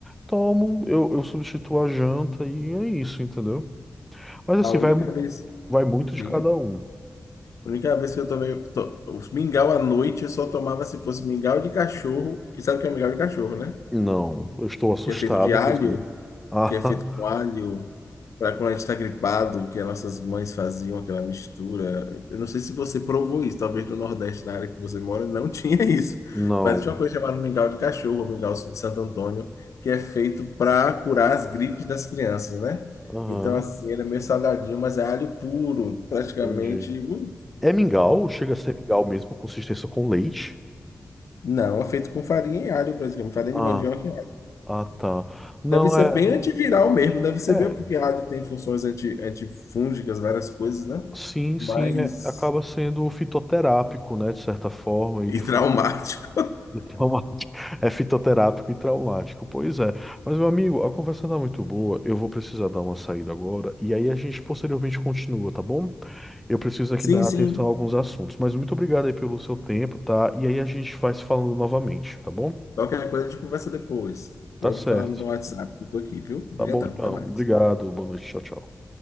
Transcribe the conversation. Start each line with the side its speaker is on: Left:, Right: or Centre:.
Centre: tomo, eu, eu substituo a janta e é isso, entendeu? Mas assim,
Left: A única
Centre: vai,
Left: vez,
Centre: vai muito de
Left: diga,
Centre: cada um.
Left: a única vez que eu tomei to- os mingau à noite, eu só tomava se fosse mingau de cachorro. E sabe o que é mingau de cachorro, né?
Centre: Não, eu estou assustado,
Left: Que é feito de alho,
Centre: inclusive. <laughs> Ah,
Left: que é feito com alho, para quando a gente está gripado, que as nossas mães faziam aquela mistura. Eu não sei se você provou isso, talvez no Nordeste, na área que você mora, não <laughs> tinha isso.
Centre: não.
Left: Mas tinha uma coisa chamada mingau de cachorro, ou mingau de Santo Antônio, que é feito para curar as gripes das crianças, né?
Centre: Aham,
Left: Então, assim, ele é meio salgadinho, mas é alho puro, praticamente.
Centre: entendi.
Left: Hum,
Centre: É mingau, chega a ser mingau mesmo, consistência com leite.
Left: Não, é feito com farinha e alho, praticamente, farinha
Centre: Ah,
Left: de mandioca
Centre: ah, tá. Não,
Left: Deve ser
Centre: é,
Left: bem antiviral mesmo, deve ser
Centre: é,
Left: bem porque rádio tem funções anti, antifúngicas, várias coisas, né?
Centre: sim, sim,
Left: Mas.
Centre: é- acaba sendo fitoterápico, né, de certa forma, e
Left: E
Centre: de
Left: traumático.
Centre: forma <laughs> traumática. É fitoterápico e traumático, pois é. Mas, meu amigo, a conversa tá muito boa, eu vou precisar dar uma saída agora, e aí a gente posteriormente continua, tá bom? Eu preciso aqui
Left: Sim,
Centre: dar
Left: sim.
Centre: atenção a alguns assuntos, mas muito obrigado aí pelo seu tempo, tá? E aí a gente vai se falando novamente, tá bom?
Left: Qualquer coisa a gente conversa depois. Pode
Centre: Tá certo.
Left: falar no WhatsApp, que eu tô aqui, viu? Obrigadão,
Centre: Tá bom, então.
Left: até mais.
Centre: Obrigado. Boa noite. Tchau, tchau.